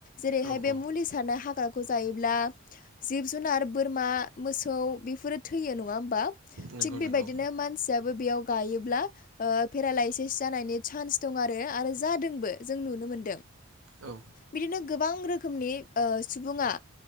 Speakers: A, on the left; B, on the right.
A: जेरैहाय
B: औ
A: बे
B: औ
A: मुलिजों सारनाय हाग्राखौ जायोब्ला जिब जुनार बोरमा मोसौ बेफोरो थैयो नङा होमबा
B: नंगौ
A: थिग बेबायदिनो
B: नंगौ
A: मानसियाबो बेयाव गायोब्ला ओ पेरालायसिस जानायनि चान्स दं आरो आरो जादोंबो जों नुनो मोनदों।
B: औ
A: बिदिनो गोबां रोखोमनि ओ सुबुङा